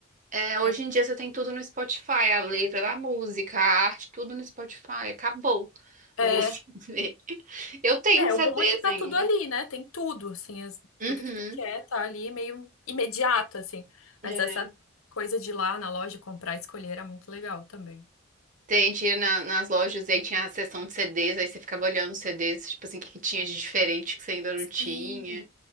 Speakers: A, on the right; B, on the left.
A: É, hoje
B: É,
A: em dia você tem tudo no Spotify, a letra da música, a arte, tudo no Spotify. Acabou
B: é,
A: o <laughs> CD. Eu tenho
B: é,
A: uns
B: o
A: CDs
B: bom é que tá
A: ainda.
B: tudo ali, né? Tem tudo, assim, as-
A: Uhum.
B: tudo que tu quer tá ali meio imediato, assim. Mas
A: É.
B: essa coisa de ir lá na loja comprar e escolher era muito legal também.
A: Tem, tinha na- nas lojas e aí tinha a seção de CDs, aí você ficava olhando os CDs, tipo assim, o que que tinha de diferente que você ainda não tinha.
B: Sim.